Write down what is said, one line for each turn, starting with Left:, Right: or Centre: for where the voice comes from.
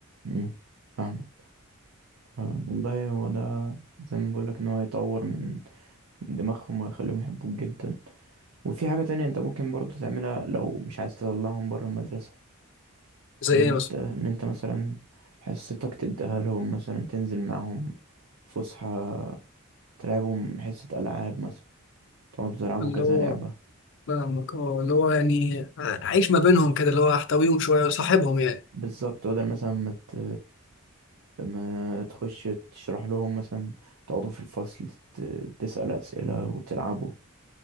Right: مم. فاهمك آه، والله هو ده زي ما بقولك ان هو هيطور من من دماغهم ويخليهم يحبوك جدا وفي حاجة تانية انت ممكن برضو تعملها لو مش عايز تطلعهم برا المدرسة
Left: زي
Right: ان
Left: ايه
Right: انت
Left: مثلا
Right: ان انت مثلا حصتك تديها لهم مثلا تنزل معاهم فسحة تلعبهم حصة ألعاب مثلا تقعدوا تلعبوا
Left: اللي
Right: كذا
Left: هو
Right: لعبة
Left: فاهمك اه اللي هو يعني عيش ما بينهم كده اللي هو احتويهم شويه صاحبهم يعني
Right: بالظبط بدل مثلا ما ت... ما تخش تشرح لهم مثلا تقعدوا في الفصل ت... تسأل أسئلة وتلعبوا